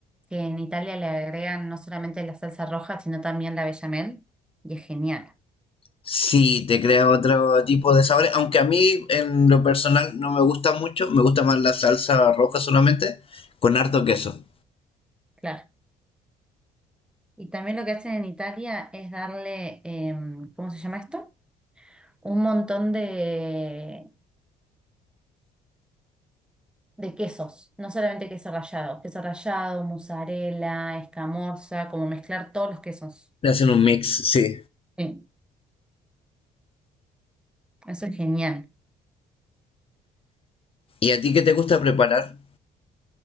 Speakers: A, in the centre; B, on the left.
A: que en Italia le agregan no solamente la salsa roja, sino también la bechamel. Y es genial.
B: Sí, te crea otro tipo de sabores, aunque a mí en lo personal no me gusta mucho, me gusta más la salsa roja solamente, con harto queso.
A: Claro. Y también lo que hacen en Italia es darle, em, ¿cómo se llama esto? Un montón de de quesos, no solamente queso rallado, queso rallado, mozzarella, escamorza, como mezclar todos los quesos.
B: Le hacen un mix, sí.
A: Sí, eso es genial.
B: ¿Y a ti qué te gusta preparar?